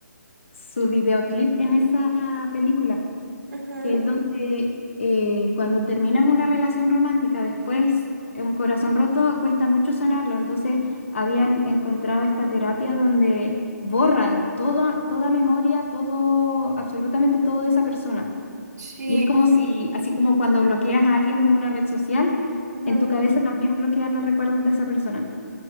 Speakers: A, on the left (about 40°); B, on the right (about 60°).
A: su videoclip en esa película,
B: Ujú.
A: que es donde eh, cuando terminas una relación romántica, después eh, un corazón roto cuesta mucho sanarlo, entonces habían encontrado esta terapia donde borran todo, toda memoria, todo, absolutamente todo de esa persona.
B: Sí.
A: Y es como si, así como cuando bloqueas a alguien de una red social,
B: Ujú.
A: en tu cabeza también bloqueas los recuerdos de esa persona.